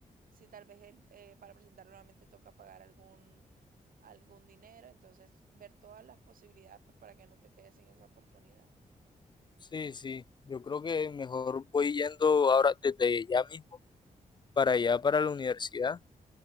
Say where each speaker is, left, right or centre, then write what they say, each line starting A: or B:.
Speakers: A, on the right; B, on the left.
A: si tal vez el, eh, para presentarlo nuevamente toca pagar algún, algún dinero, entonces ver todas las posibilidades pues, para que no te quedes sin esa oportunidad.
B: Sí, sí, yo creo que mejor voy yendo ahora desde ya mismo para allá, para la universidad